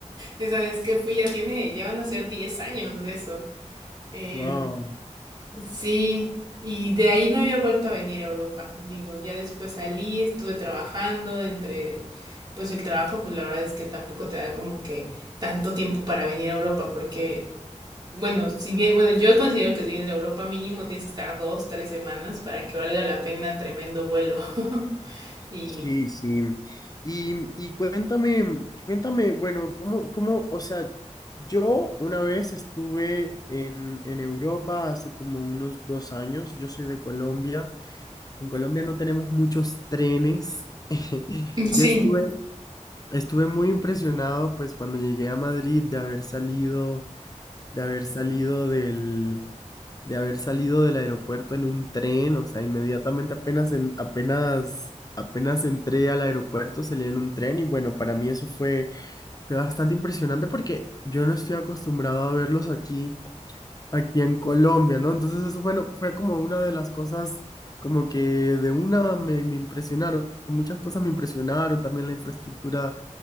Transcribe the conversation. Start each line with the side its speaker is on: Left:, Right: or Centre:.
Right: Esa vez que fui ya tiene, ya van a ser 10 años de eso. Eh,
Left: Wow,
Right: sí, y de ahí no había vuelto a venir a Europa. Digo, ya después salí, estuve trabajando entre, pues el trabajo, pues la verdad es que tampoco te da como que tanto tiempo para venir a Europa, porque, bueno, si bien, bueno, yo considero que si vienes a Europa mínimo tienes que estar dos, tres semanas para que valga la pena tremendo vuelo. <laughs> Y
Left: sí, sí. Y, y cuéntame, cuéntame, bueno, ¿cómo, cómo, o sea, yo una vez estuve en, en Europa hace como unos dos años, yo soy de Colombia, en Colombia no tenemos muchos trenes, <laughs> yo
Right: sí,
Left: estuve Estuve muy impresionado, pues, cuando llegué a Madrid de haber salido, de haber salido del, de haber salido del aeropuerto en un tren, o sea, inmediatamente apenas en, apenas, apenas entré al aeropuerto, salí en un tren y bueno, para mí eso fue, fue bastante impresionante porque yo no estoy acostumbrado a verlos aquí, aquí en Colombia, ¿no? Entonces eso fue, fue como una de las cosas, como que de una me, me impresionaron, muchas cosas me impresionaron, también la infraestructura